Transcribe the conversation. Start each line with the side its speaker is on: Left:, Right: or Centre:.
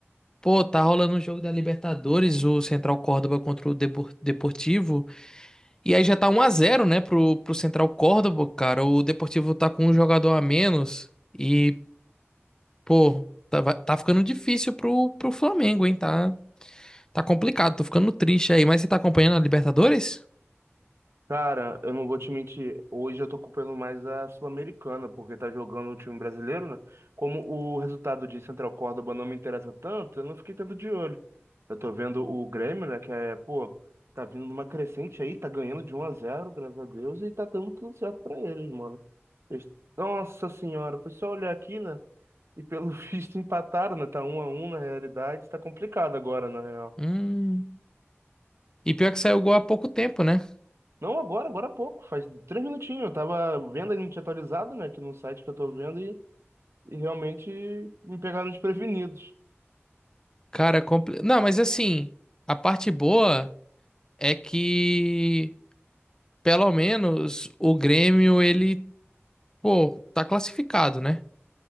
Left: pô, tá rolando o jogo da Libertadores, o Central Córdoba contra o Depor- Deportivo. E aí já tá um a zero, né, pro, pro Central Córdoba, cara. O Deportivo tá com um jogador a menos. E, pô, tá, vai- tá ficando difícil pro, pro Flamengo, hein? Tá, tá complicado, tô ficando triste aí. Mas você tá acompanhando a Libertadores?
Right: Cara, eu não vou te mentir, hoje eu tô culpando mais a Sul-Americana, porque tá jogando o time brasileiro, né? Como o resultado de Central Córdoba não me interessa tanto, eu não fiquei tanto de olho. Eu tô vendo o Grêmio, né, que é, pô, tá vindo numa crescente aí, tá ganhando de 1 a 0, graças a Deus, e tá dando tudo certo pra eles, mano. Eles- Nossa senhora, foi só olhar aqui, né? E pelo <laughs> visto empataram, né? Tá 1 a 1 na realidade, tá complicado agora, né?
Left: Hum. E pior que saiu o gol há pouco tempo, né?
Right: Não agora, agora há pouco, faz três minutinhos. Eu tava vendo a gente atualizado, né, aqui no site que eu tô vendo e, e realmente me pegaram desprevenidos.
Left: Cara, é compli... não, mas assim, a parte boa é que pelo menos o Grêmio ele, pô, tá classificado, né?